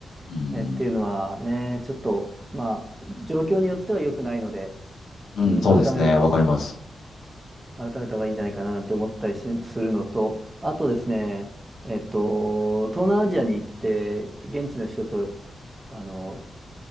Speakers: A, on the left; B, on the right.
A: うん。
B: え、っていうのはね、ちょっと、まあ、状況によっては良くないので、
A: うん、
B: うん、
A: そうですね。
B: 改める、
A: わかります。
B: 改めた方がいいんじゃないかななんて思ったりしするのと、あとですね、えっと、東南アジアに行って、現地の人と、あの、